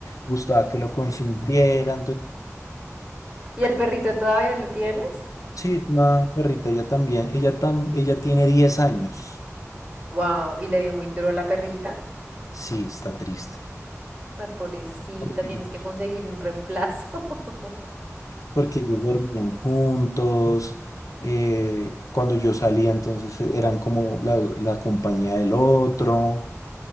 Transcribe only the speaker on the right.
¿Y el perrito todavía lo tienes?
Wow, y le dio muy duro a la perrita.
Ay, pobrecita,
tienes que conseguir un reemplazo. <laughs>